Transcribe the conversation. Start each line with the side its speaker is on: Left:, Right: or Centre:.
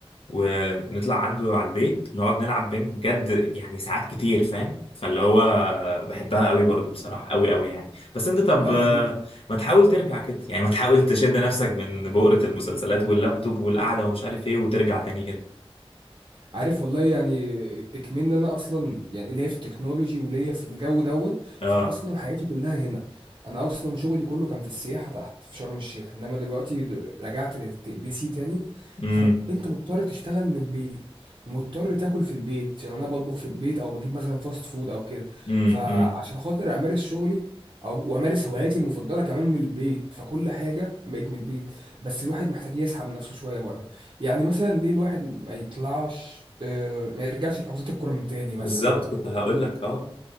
Left: ونطلع عنده على البيت نقعد نلعب بينج بجد يعني ساعات كتير فاهم فاللي هو بحبها قوي برضو بصراحة قوي قوي يعني بس انت طب
Right: لا
Left: آه،
Right: جميله
Left: ما تحاول ترجع كده يعني ما تحاول تشد نفسك من بؤرة المسلسلات واللابتوب والقعدة ومش عارف ايه وترجع تاني كده
Right: عارف والله يعني اكمن إن انا اصلا يعني ليا في التكنولوجي وليا في الجو دوت
Left: اه
Right: فاصلا حياتي كلها هنا انا اصلا شغلي كله كان في السياحه تحت في شرم الشيخ انما دلوقتي دل- رجعت للبي سي تاني
Left: امم
Right: فانت مضطر تشتغل من البيت ومضطر تاكل في البيت عشان انا بطبخ في البيت او بجيب مثلا فاست فود او كده
Left: امم
Right: فعشان
Left: امم
Right: خاطر امارس شغلي او وامارس هواياتي المفضله كمان من البيت فكل حاجه بقيت من البيت بس الواحد محتاج يسحب نفسه شويه بره يعني مثلا ليه الواحد ما يطلعش آه، ما يرجعش لحجوزات الكوره من تاني مثلا
Left: بالظبط كنت هقول لك اه